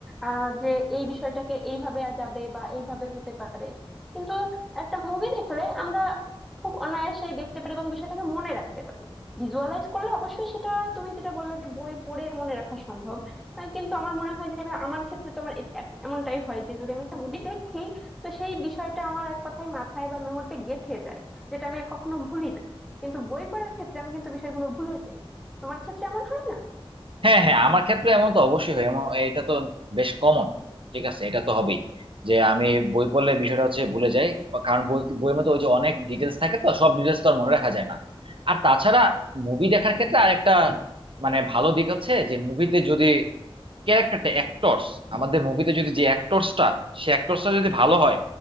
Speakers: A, in the centre; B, on the right.
A: আহ যে এই বিষয়টাকে এইভাবে যাবে বা এইভাবে হতে পারে কিন্তু একটা মুভি দেখলে আমরা খুব অনায়াসে দেখতে পারি এবং বিষয়টাকে মনে রাখতে পারি ভিজুয়ালাইজ করলে অবশ্যই সেটা তুমি যেটা বললে যে বই পড়ে মনে রাখা সম্ভব আহ, কিন্তু আমার মনে হয় যে আমার ক্ষেত্রে তোমার এমনটাই হয় যে যদি আমি একটা মুভি দেখি তো সেই বিষয়টা আমার এক কথায় মাথায় বা মেমোরিতে গেঁথে যায় যেটা আমি আর কখনো ভুলি না কিন্তু বই পড়ার ক্ষেত্রে আমি কিন্তু বিষয়গুলো ভুলে যাই তোমার ক্ষেত্রে এমন হয় না
B: হ্যাঁ হ্যাঁ আমার ক্ষেত্রে এমন তো অবশ্যই হয় এমন এটা তো বেশ কমন ঠিক আছে এটা তো হবেই যে আমি বই পড়লে বিষয়টা হচ্ছে ভুলে যাই বা কারণ বই বইয়ের মধ্যে ওই যে অনেক ডিটেলস থাকে তো সব ডিটেলস তো আর মনে রাখা যায় না আর তাছাড়া মুভি দেখার ক্ষেত্রে আরেকটা মানে ভালো দিক হচ্ছে যে মুভিতে যদি ক্যারেক্টারটা অ্যাক্টরস আমাদের মুভিতে যদি যে অ্যাক্টরসটা সে অ্যাক্টরসটা যদি ভালো হয়